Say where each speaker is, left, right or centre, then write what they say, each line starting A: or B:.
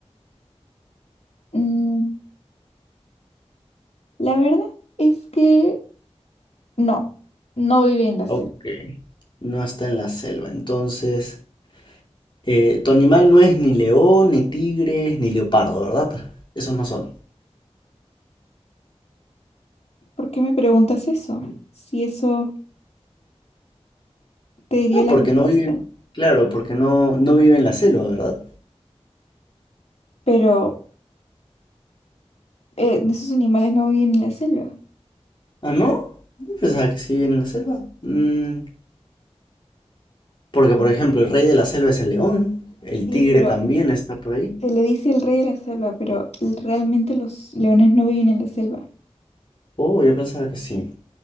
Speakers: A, on the left; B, on the left.
A: Mm, la verdad es que no, no viví en la selva.
B: Ok. No está en la selva. Entonces, eh, tu animal no es ni león, ni tigre, ni leopardo, ¿verdad? Esos no son.
A: ¿Por qué me preguntas eso? Si eso te diría
B: Ah,
A: la
B: porque
A: respuesta.
B: no viven. Claro, porque no, no vive en la selva, ¿verdad?
A: Pero eh, esos animales no viven en la selva.
B: Ah, ¿no? Yo pensaba que sí vive en la selva. Mm, porque, por ejemplo, el rey de la selva es el león. El
A: Sí,
B: tigre
A: pero
B: también está por ahí.
A: se le dice el rey de la selva, pero l- realmente los leones no viven en la selva.
B: Oh, yo pensaba que sí.